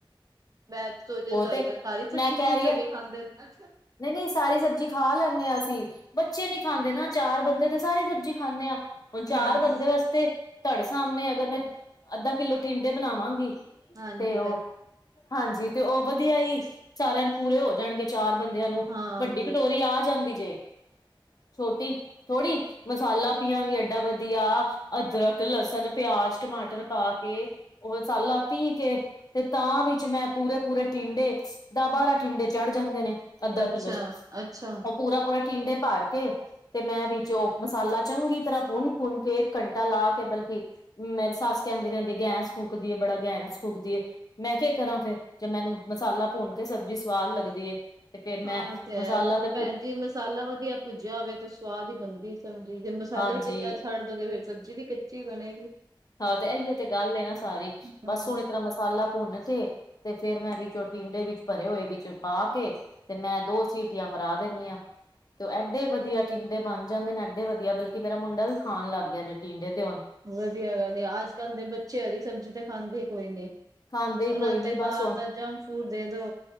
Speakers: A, on the right (about 40°); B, on the left (about 45°).
A: ਮੈਂ ਸੋਚ ਰਹੀ
B: ਉਹ
A: ਆਂ ਤੁਹਾਡੇ
B: ਤੇ
A: ਘਰ, ਸਾਰੇ ਸਬਜ਼ੀ
B: ਮੈਂ ਕਹਿ
A: ਖੁਸ਼
B: ਰਹੀ
A: ਹੋ
B: ਹਾਂ
A: ਕੇ ਖਾਂਦੇ ਨੇ।
B: ਨਹੀਂ -ਨਹੀਂ, ਸਾਰੀ ਸਬਜ਼ੀ ਖਾ ਲੈਂਨੇ ਆਂ ਅਸੀ। ਬੱਚੇ ਨੀ ਖਾਂਦੇ ਨਾ, ਚਾਰ ਬੰਦੇ ਤੇ ਸਾਰੀ ਸਬਜ਼ੀ ਖਾਂਨੇ ਆਂ। ਹੁਣ ਚਾਰ
A: ਹਾਂ
B: ਬੰਦੇ
A: ਹਾਂ
B: ਵਾਸਤੇ, ਤੁਹਾਡੇ ਸਾਹਮਣੇ ਅਗਰ ਮੈਂ ਅੱਧਾ- ਕਿੱਲੋ ਟਿੰਡੇ ਬਣਾਵਾਂਗੀ
A: ਹਾਂਜੀ
B: ਤੇ ਉਹ
A: ਭੈਣ
B: ਹਾਂਜੀ, ਤੇ ਉਹ ਵਧੀਆ ਈ ਚਾਰਾਂ ਨੂੰ ਪੂਰੇ ਹੋ ਜਾਣਗੇ, ਚਾਰ ਬੰਦਿਆਂ ਨੂੰ
A: ਹਾਂਜੀ
B: ਵੱਡੀ ਕਟੋਰੀ ਆ ਜਾਂਦੀ ਜੇ। ਛੋਟੀ, ਥੋੜੀ ਮਸਾਲਾ ਪੀਆਂਗੇ ਏਡਾ ਵਦੀਆ ਅਦਰਕ, ਲਸਣ, ਪਿਆਜ, ਟਮਾਟਰ ਪਾ ਕੇ ਉਹ ਮਸਾਲਾ ਪੀ ਕੇ ਤੇ ਤਾਂ ਵਿੱਚ ਮੈਂ ਪੂਰੇ-ਪੂਰੇ ਟਿੰਡੇ ਦਾ-ਬਾਰਾਂ ਟਿੰਡੇ ਚੜ੍ਹ ਜਾਂਦੇ ਨੇ ਅੱਧਾ
A: ਅੱਛਾ
B: ਕਿੱਲੋ ਚ
A: ਅੱਛਾ
B: ਉਹ ਪੂਰਾ-ਪੂਰਾ ਟਿੰਡੇ ਭਰ ਕੇ ਤੇ ਮੈਂ ਵਿੱਚੋਂ ਮਸਾਲਾ ਚੰਗੀ ਤਰਾ ਭੁੰਨ-ਭੁੰਨ ਕੇ ਇੱਕ ਘੰਟਾ ਲਾ ਕੇ ਬਲਕਿ ਮੇਰੀ ਸੱਸ ਕੈਂਦੀ ਰੈਂਦੀ ਐ ਗੈਸ ਫੂਕਦੀ ਏ, ਬੜਾ ਗੈਸ ਫੂਕਦੀ ਏ ਮੈਂ ਕੇ ਕਰਾਂ ਫੇਰ ਜੇ ਮੈਨੂੰ ਮਸਾਲਾ ਭੁੰਨ ਕੇ ਸਬਜ਼ੀ ਸਵਾਦ ਲੱਗਦੀ ਏ। ਤੇ ਫੇਰ ਮੈਂ
A: ਹਾਂ ਏ ਤੇ ਐ
B: ਮਸਾਲਾ ਤੇ
A: ਭੈਣ
B: ਭੁ
A: ਜੀ ਮਸ ਮਸਾਲਾ ਵਦੀਆ ਭੁੱਜਿਆ ਹੋਵੇ ਤੇ ਸਵਾਦ ਈ ਬਣਦੀ ਸਬਜ਼ੀ ਜੇ ਮਸਾਲਾ
B: ਹਾਂਜੀ
A: ਈ ਕੱਚਾ ਛੱਡ ਡੋਗੇ ਫੇਰ ਸਬਜ਼ੀ ਵੀ ਕੱਚੀ ਬਣੇਗੀ।
B: ਹਾਂ ਤੇ ਐਈਓ ਤੇ ਗੱਲ ਏ ਨਾ ਸਾਰੀ
A: ਹੂੰ
B: ਬਸ ਸੋਨੀ ਤਰਾ ਮਸ ਸਾਲਾ ਭੁੰਨ ਕੇ ਤੇ ਫੇਰ ਮੈਂ ਵਿੱਚੋਂ ਟਿੰਡੇ ਵਿੱਚ ਭਰੇ ਹੋਏ ਵਿੱਚ ਪਾ ਕੇ ਤੇ ਮੈਂ ਦੋ ਸੀਟੀਆਂ ਮਰਾ ਦੇਂਨੀ ਆਂ ਤੇ ਓ ਐਡੇ ਵਦੀਆ ਟਿੰਡੇ ਬਣ ਜਾਂਦੇ ਨੇ ਐਡੇ ਵਦੀਆ ਬਲਕਿ ਮੇਰਾ ਮੁੰਡਾ ਵੀ ਖਾਣ ਲੱਗ ਗਿਆ ਜੇ ਟਿੰਡੇ ਤੇ ਹੋਣ
A: ਵਦੀਆ ਗੱਲ ਐ ਅੱਜ ਕੱਲ ਦੇ ਬੱਚੇ ਹਰੀ ਸਬਜ਼ੀ ਤਾਂ ਖਾਂਦੇ ਈ ਕੋਈ ਨੀ।
B: ਖਾਂਦੇ ਹੀ ਕੋਈ
A: ਓਨਾਂ ਨ
B: ਨੀ
A: ਤੇ
B: ਬਸ
A: ਬਾਰ
B: ਹੁਣ
A: ਦਾ ਜੰਕ ਫੂਡ ਦੇ ਦੋ